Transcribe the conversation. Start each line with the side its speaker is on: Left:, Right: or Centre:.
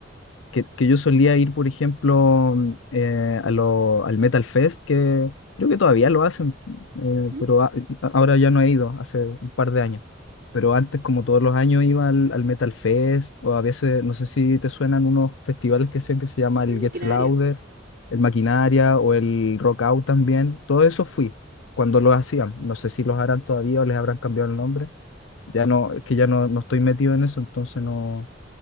Left: que, que yo solía ir, por ejemplo, mm, eh, a lo- al Metal Fest, que creo que todavía lo hacen, eh,
Right: Ujú.
Left: pero a- ahora ya no he ido, hace un par de años. Pero antes, como todos los años, iba al, al Metal Fest, o a veces, no sé si te suenan unos festivales que hacen que se llama el
Right: El maquinaria.
Left: Gets Louder, el Maquinaria o el Rock Out también. Todo eso fui cuando los hacían. No sé si los harán todavía o les habrán cambiado el nombre. Ya no, es que ya no, no estoy metido en eso, entonces no